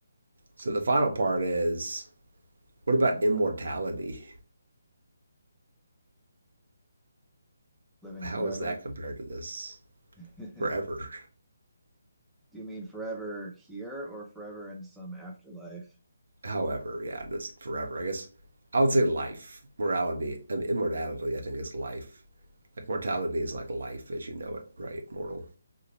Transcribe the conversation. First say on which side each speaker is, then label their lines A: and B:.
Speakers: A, on the right; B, in the centre.
A: so the final part is what about
B: complex,
A: immortality?
B: living
A: How
B: forever.
A: is that compared to this
B: <laughs>
A: forever?
B: Do you mean forever here or forever in some afterlife?
A: however, yeah, just forever. I guess I would say life, morality, I mean, immortality. I think is life. Like mortality is like life as you know it, right? Mortal.